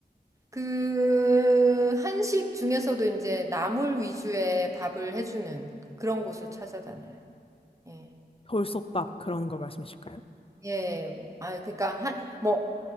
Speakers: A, on the right; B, on the left.
A: 그 한식 중에서도 이제 나물 위주의 밥을 해주는 그런 곳을 찾아다녀요. 예.
B: 돌솥밥 그런 걸 말씀이실까요?
A: 예. 아, 그러니까 한, 뭐